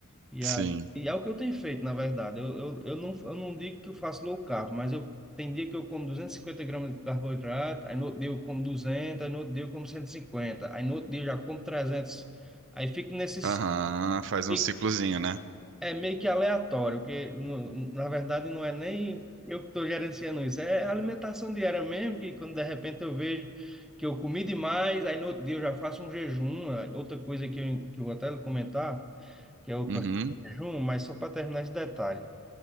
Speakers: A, in the centre; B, on the right.
A: E é,
B: sim.
A: e é o que eu tenho feito, na verdade. Eu, eu, eu, não, eu não digo que eu faço low carb, mas eu tem dia que eu como 250 gramas de carboidrato, aí no outro dia eu como 200, aí no outro dia eu como cento e cinquenta aí no outro dia eu já como trezentos Aí fico nesses...
B: Aham, faz
A: fico-
B: um ciclozinho, né?
A: É meio que aleatório, porque no- na verdade não é nem eu que estou gerenciando isso, é alimentação diária mesmo, que quando de repente eu vejo que eu comi demais, aí no outro dia eu já faço um jejum. é Outra coisa que eu, que eu vou até comentar, que eu,
B: Uhum,
A: que eu jejum, mas só para terminar esse detalhe.